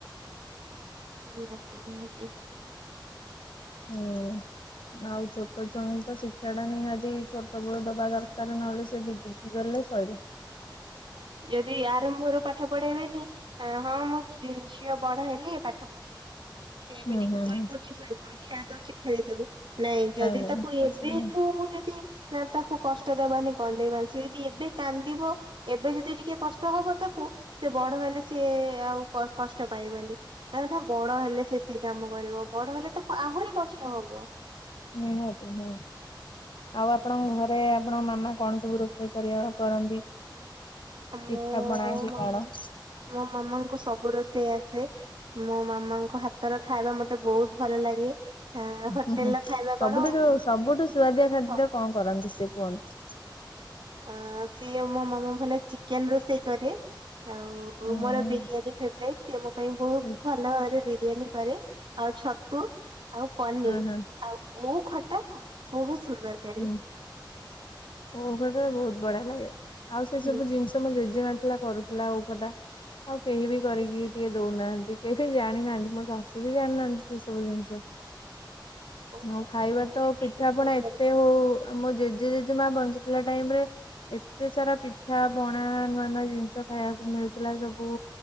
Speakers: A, on the right; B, on the left.
A: ନିହାତି ନିହାତି।
B: ହୁଁ। ଆଉ ଛୋଟ ଛୁଆଙ୍କୁ ତ ଶିକ୍ଷା ଟା ନିହାତି ଛୋଟ ବେଳୁ ଦବା ଦରକାର ନହେଲେ ସେ ବି ଗଲେ ସଇଲା।
A: ଯଦି ଆରମ୍ଭରୁ ପାଠ ପଢେଇବେନି ଆଁ ହଁ ମୁଁ ଝିଅ ବଡ ହେଲି ପାଠ ପଢିବି। ସେ ଏବେ
B: ହୁଁ
A: ଟିକେ
B: ହୁଁ
A: ଶୋଇପଡୁଛି
B: ହୁଁ
A: ଶୋଇପଡୁ ଖେଆଳି ଦଉଛି ଖେଳି ଦଉ। ନାଇଁ ଯଦି
B: ନାଇଁ
A: ତାକୁ
B: ସେ
A: ଏବେଠୁ
B: ସବୁ
A: ମୁଁ ଯଦି ନାଁ ତାକୁ କଷ୍ଟ ଦବାନି କନ୍ଦେଇବ ସେ ଯଦି ଏବେ କାନ୍ଦିବ ଏ ଏ ଯଦି ଟିକେ କଷ୍ଟ ହବ ତାକୁ ସେ ବଡ ହେଲେ ସିଏ ଆଉ କଷ୍ଟ ପାଇବନି। ତା ନାଁ ବଡ ହେଲେ ସେଠି କାମ କରିବ ବଡ ହେଲେ ତାକୁ ଆହୁରି କଷ୍ଟ ହବ।
B: ନିଁହାତି ହୁଁ। ଆଉ ଆପଣଙ୍କ ଘରେ ଆପଣଙ୍କ ମାମା କଣ ସବୁ ରୋଷେଇ କରିବା କରନ୍ତି?
A: ମୋ
B: ପିଠା ପଣାକି
A: ମାମା
B: କଣ?
A: ମୋ ମାମାଙ୍କୁ ସବୁ ରୋଷେଇ ଆସେ। ମୋ ମାମାଙ୍କ ହାତର ଖାଇବା ମତେ ବହୁତ୍ ଭଲ ଲାଗେ। ଆ ହୋଟେଲ
B: ହୁଁ ହୁଁ
A: ର ଖାଇବା
B: ସବୁଠୁଠୁ
A: କଣ ଉଁ,
B: ସବୁଠୁ ସୁଆଦିଆ ଖାଦ୍ୟ
A: ସବୁ
B: କଣ କରନ୍ତି ସେ କୁହନ୍ତି।
A: ଅ ସିଏ ମୋ ମାମା ଭଲ ଚିକେନ୍ ରୋଷେଇ କରେ ଆଉ
B: ହୁଁ।
A: ମୋର ବିରିୟାନୀ ଫ୍ରେବରାଟ୍ ସେ ମୋ ପାଇଁ ବହୁତ୍
B: ହୁଁ
A: ଭଲ ଭାବରେ ବିରିୟାନୀ କରେ। ଆଉ ଛତୁ ଆଉ ପନିର୍
B: ହୁଁ
A: ଆଉ ଓଉ ଖଟା ବହୁତ୍ ସୁନ୍ଦର। କରେ
B: ହୁଁ ଓ ଗଟେ ବହୁତ୍ ବଢିଆ ଲାଗେ ଆଉ ସେ
A: ହୁଁ।
B: ସବୁ ଜିନିଷ ତ ମୋ ଜେଜେମା ଥିଲା କରୁଥିଲା ଓଉ ଖଟା। ଆଉ କେହି ବି କରିକି ଟିକେ ଦଉନାହାନ୍ତି କେହି ବି ଜାଣିନାହାନ୍ତି ମୋ ଶାଶୁ ବି ଜାଣିନାହାନ୍ତି ସେ ସବୁ ଜିନିଷ।
A: <unintelligible>
B: ହଁ
A: ଓଉ
B: ଖାଇବ
A: ଖଟା
B: ତ
A: ଦି
B: ପିଠାପଣ
A: ପ୍ରକାର କରେ
B: ଏତେ ହଉ ଆମ ଜେଜେ ଜେଜେ ମା ବଞ୍ଚୁଥିଲା ଟାଇମ୍ ରେ ଏତେ ସାରା ପିଠା ପଣା ନୂଆ ନୂଆ ଜିନିଷ ଖାଇବାକୁ ମିଳୁଥିଲା ସବୁ।